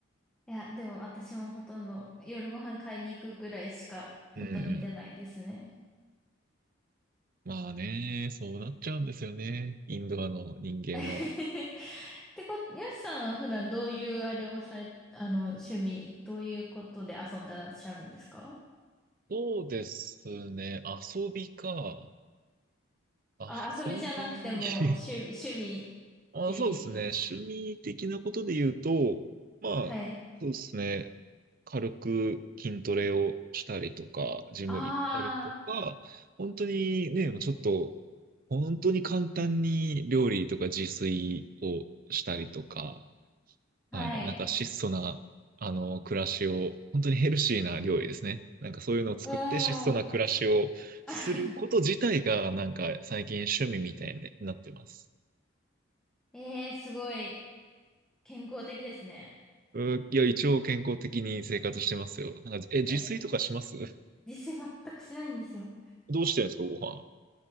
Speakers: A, in the centre; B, on the right (about 45°).
A: いや、でも私もほとんど夜ご飯買いに行くぐらいしか外に出ないですね。
B: うんうん。まあね、そうなっちゃうんですよね、インドアの人間は。
A: <laughs> ってこと、よしさんは普段どういうあれをされ、あの、趣味、どういうことで遊んでらっしゃるんですか
B: そうですね、遊びか。遊び。
A: あ、遊びじゃなくても趣、
B: <laughs>
A: 趣味って言うと。
B: あ、そうですね。趣味的なことで言うと、まあ、
A: はい。
B: そうですね。軽く筋トレをしたりとか、ジム行ったりとか、
A: あ
B: 本当にね、もうちょっと、本当に簡単に料理とか自炊をしたりとか、
A: あ、
B: はい、
A: はい。
B: なんか質素な、あの、暮らしを、本当にヘルシーな料理ですね。なんかそういうのを作って質素な暮らしをすること自体が、
A: おー。<laughs>
B: なんか最近趣味みたいになってます。
A: ええー、すごい健康的ですね。
B: うーいや、一応健康的に生活してますよ。なんか、え、自炊とかします
A: え、実践全くしないんですよ。
B: どうしてるんですか、ご飯。